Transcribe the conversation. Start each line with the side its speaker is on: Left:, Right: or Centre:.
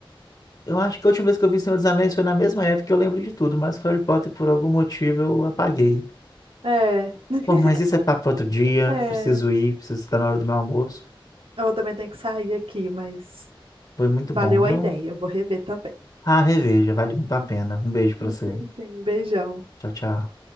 Left: Eu acho que a última vez que eu vi Senhor dos Anéis foi na mesma época que eu lembro de tudo, mas Harry Potter, por algum motivo, eu apaguei.
Right: É, <laughs>
Left: Bom, mas isso é papo para outro dia.
Right: é.
Left: Preciso ir, preciso estar na hora do meu almoço.
Right: Eu também tenho que sair aqui, mas
Left: Foi muito
Right: valeu
Left: bom, viu?
Right: a ideia. Eu Vou rever também.
Left: Ah, reveja, vale muito a pena. Um beijo para você.
Right: Sim, sim. Beijão.
Left: Tchau, tchau.